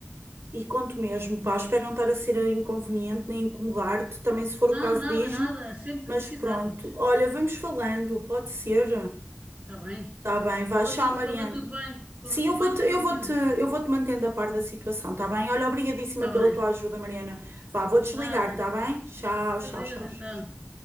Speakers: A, on the right; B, on the right.
A: E conto mesmo, pá, espero não estar a ser inconveniente nem incomodar-te, também se for
B: Não,
A: o caso
B: nada,
A: diz-me,
B: nada, sempre
A: mas
B: que precisares,
A: pronto. Olha, vamos falando, pode ser?
B: está bem?
A: Tá bem,
B: E corra
A: vá, tchau,
B: tudo,
A: Mariana.
B: corra tudo bem, corra
A: Sim,
B: tudo
A: eu vou-te,
B: bem com o
A: eu
B: teu miúdo,
A: vou-te, eu vou-te mantendo a par da situação, tá bem? Olha, obrigadíssima
B: está
A: pela
B: bem?
A: tua ajuda, Mariana. Vá, vou desligar,
B: Nada,
A: tá bem? Tchau,
B: adeus
A: tchau, tchau,
B: então.
A: tchau.